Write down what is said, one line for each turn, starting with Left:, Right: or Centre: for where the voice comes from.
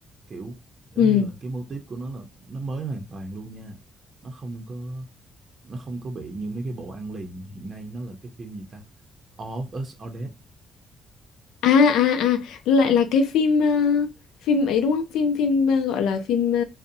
Right: kiểu giống
Left: ừ.
Right: như là cái mô típ của nó là nó mới hoàn toàn luôn nha nó không có nó không có bị như mấy cái bộ ăn liền hiện nay nó là cái phim gì ta All of Us Are Dead
Left: à à à lại là cái phim ờ, phim ấy đúng không phim phim ờ, gọi là phim ờ,